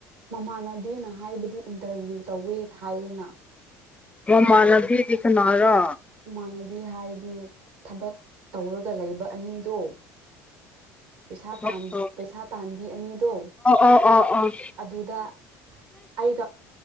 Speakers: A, on the right; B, on the left.
A: ꯃꯃꯥꯟꯅꯕꯤꯅ ꯍꯥꯏꯕꯗꯤ ꯏꯟꯇꯔꯚ꯭ꯌꯨ ꯇꯧꯋꯦ ꯍꯥꯏꯌꯦꯅ
B: ꯃꯃꯥꯟꯅꯕꯤꯗꯤ ꯀꯅꯥꯔꯥ?
A: ꯏꯃꯥꯟꯅꯕꯤ ꯍꯥꯏꯗꯤ ꯊꯕꯛ ꯇꯧꯔꯒ ꯂꯩꯕ ꯑꯅꯤꯗꯣ ꯄꯩꯁꯥ
B: ꯑꯣ
A: ꯇꯥꯟ ꯄꯩꯁꯥ ꯇꯥꯟꯕꯤ ꯑꯅꯤꯗꯣ
B: ꯑꯣ ꯑꯣ ꯑꯣ
A: ꯑꯗꯨꯗ ꯑꯩꯒ